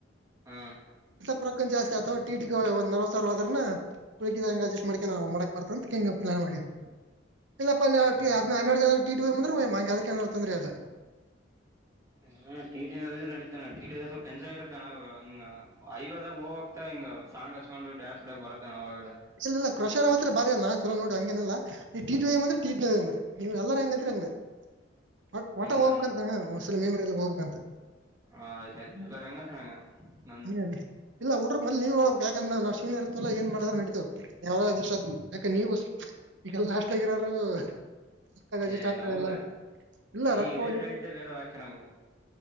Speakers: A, on the right; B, on the right.
A: ಹ್ಮ
B: ಪುರಕೊಂಡು ಜಾಸ್ತಿ ಅಥವಾ ಟೀಟಿ ಒಂದ ನಲ್ವ ಸಾವಿರ ಹೋದ್ರುನೂ. ಳಕಿದ ಅಡ್ಜಸ್ಟ್ ಮಾಡಕಿನ ಮಾಡಕ್ ಬರ್ತ ಅಂತ ಹಂಗ ಪ್ಲಾನ್ ಮಾಡ ಇಲ್ಲಪ್ಪ ನೀ
A: ಹ್ಮ್
B: ಅದ್ಕಿ ಅದ್ನ ಹನ್ನೆರಡು ಜನರ ಟೀಟಿ <unintelligible> ಅದಕ್ಕೆ ಏನಾರ್ ತೊಂದ್ರೆ ಅದ.
A: ಇಲ್ಲ ಟಿಟಿ ನಡದ್ರ ನಡತಾನ ಟಿಟಿ ಎಂಜಾಯ್ ಇರುತ್ತಣ ಹಿಂಗ ಐವದಾಗ ಹೋಗತ ಹಿಂಗ ಸಾಂಗ್ ಹಚ್ಕೊಂಡು ಡ್ಯಾನ್ಸ್ ಆಡಕ್ ಬರತ್ತಣ ಒಳಗ.
B: ಇಲ್ಲಿಲ್ಲ ಕ್ರಷರ ಮಾತ್ರ ಬಾದೆಯಲ್ಲ ನಾನ್ ಚಲೋ ನೋಡಿ ಹಂಗಏನಲ್ಲ ಟೀಟಿ ಅಂದ್ರ ಟೀಟಿನೇ ಮಾಡಿ. ನೀವ್ ಎಲ್ಲಾರ ಹೆಂಗೈತ್ರಿ ಹಂಗ ಒಟ ಒಟ್ಟಾಗ್
A: ನನ್
B: ಹೋಗ್ಬೇಕ್ಂತ ಒಂದ್ಸಲ <unintelligible> ಎಲ್ಲಿ ಹೋಗ್ಬೇಕಂತ.
A: ಹ ಆಯ್ತಾಯ್ತು ಎಲ್ಲರ್ ಹೆಂಗಂತಾರ್ ಹಂಗೆ.
B: ಹ್ಮ್. ಇಲ್ಲ ಹುಡ್ರು ಮೊದಲ್ ನೀವ್ಳೇಬೇಕ್ ಯಾಕಂದ್ರ ನಾ ಸೀನಿಯರ್ತಲ್ಲನ ಏನ್ ಮಾಡ್ದ್ರು ನಡಿತವ್. ಯಾವಾಗ ಅಡ್ಜಸ್ಟ್ ಆಗ್ತವಿ ಯಾಕ ನೀವ ಈಗೆಲ್ಲ ಹಾಸ್ಟಲ್ಗಿರೋರೂ ರೊಕ್ಕ ಅಡ್ಜಷ್ಟ್
A: ಏ
B: ಆಗ್ತದೆಲ್ಲ
A: ನಮಗ
B: ಇಲ್ಲ
A: ಈ
B: ರೊಕ್ಕವಾಗಿ
A: ಹಿರಿಯರ್ ಹೇಳಿದ್ದೆ ವೇದ ವಾಕ್ಯ ನಮಗ